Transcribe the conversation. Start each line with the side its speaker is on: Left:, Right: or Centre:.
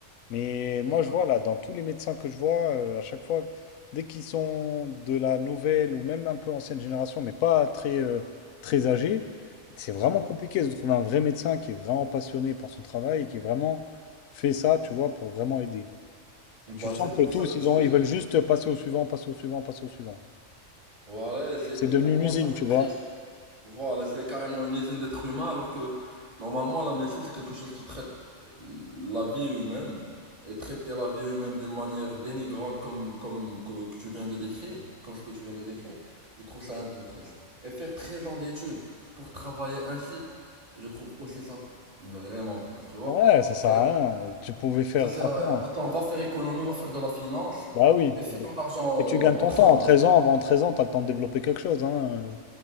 Left: Mais moi,
Right: Ouais,
Left: je vois là, dans tous les médecins que je vois, euh, à chaque fois, dès qu'ils sont de la nouvelle ou même un peu ancienne génération, mais pas très, euh, très âgés, c'est vraiment
Right: ouais.
Left: compliqué de trouver un vrai médecin qui est vraiment passionné par son travail et qui est vraiment fait ça, tu vois, pour vraiment aider.
Right: Bah,
Left: Tu sens
Right: c'est pour
Left: que tous,
Right: ça que
Left: ils
Right: je te
Left: ont,
Right: dis.
Left: ils veulent juste passer au suivant, passer au suivant, passer au suivant.
Right: Voilà, et c'est,
Left: C'est devenu
Right: et pour
Left: une
Right: moi,
Left: usine,
Right: ça, c'est
Left: tu
Right: triste.
Left: vois.
Right: Voilà, c'est carrément une usine d'êtres humains, alors que normalement la médecine c'est quelque chose qui traite la vie humaine et traiter la vie humaine d'une manière dénigrante comme comme que, que tu viens de décrire, comme ce que tu viens de décrire, je trouve ça un peu triste. Et faire 13 ans d'études pour travailler ainsi, je trouve aussi ça vraiment triste, tu vois.
Left: Ouais, ça sert
Right: C'est
Left: à
Right: un-
Left: rien. Tu pouvais faire,
Right: ça sert
Left: franchement.
Right: à rien. Autant va faire économie, va faire de la finance
Left: Bah oui.
Right: et fais ton argent
Left: Et
Right: euh,
Left: tu gagnes ton
Right: autrement,
Left: temps. En treize
Right: tu vois.
Left: ans, avant treize ans, t'as le temps de développer quelque chose, hein.